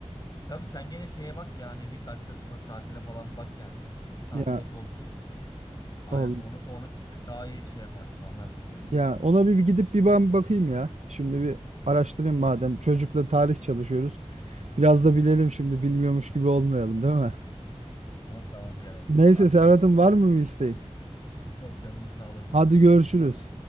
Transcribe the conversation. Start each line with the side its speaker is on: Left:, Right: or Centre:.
Left: Tabii sen gene şeye bak yani bir dakikasına saatine falan bak yani. Tam
Right: Ya
Left: net olsun. Aynen
Right: ol
Left: onu onu daha iyi şey yaparsın anlarsın yani.
Right: ya ona bir, bir gidip bir ben bakayım ya. Şimdi bir
Left: Tamam
Right: araştırayım
Left: abi.
Right: madem. Çocukla tarih çalışıyoruz. Biraz da bilelim şimdi bilmiyormuş gibi olmayalım değil mi?
Left: Tamam tamam biraderim.
Right: Neyse
Left: Hadi
Right: Serhat'ım
Left: görüşürüz.
Right: var mı bir isteğin?
Left: Çok canının sağlığı. Hadi
Right: Hadi
Left: görüşürüz.
Right: görüşürüz.